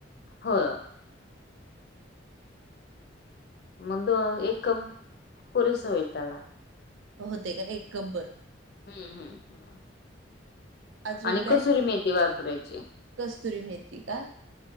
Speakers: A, on the left; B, on the right.
A: हो. मग दो -एक कप पुरेस होईल त्याला.
B: होतय का नाई कप बरं?
A: हम्म हम्म हम्म
B: अजून
A: आणि
B: काय
A: कसुरी मेथी वापरायची.
B: कस्तुरी मेथी का?